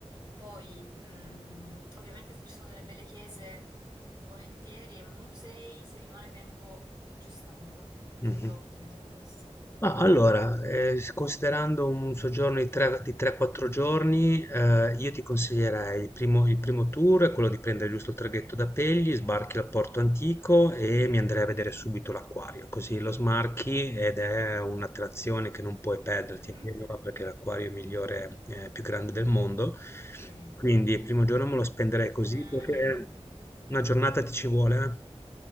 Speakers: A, on the right (about 40°); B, on the left (about 20°).
A: Poi, mh, ovviamente se ci sono delle belle chiese, mm, volentieri, e musei, se rimane tempo, ci stanno,
B: Mhm.
A: nell'ordine te l'ho messe.
B: Ma allora, eh, s- considerando un soggiorno di 3-4 giorni, eh, io ti consiglierei il primo, il primo tour, è quello di prendere giusto il traghetto da Pegli, sbarchi al Porto Antico e mi andrei a vedere subito l'acquario, così lo smarchi ed è un'attrazione che non puoi perderti,
A: Mhm,
B: è vero, perché è l'acquario migliore, eh, più grande del mondo.
A: Ok. In,
B: Quindi il primo giorno me lo spenderei
A: ehm,
B: così perché una giornata ti ci vuole, eh.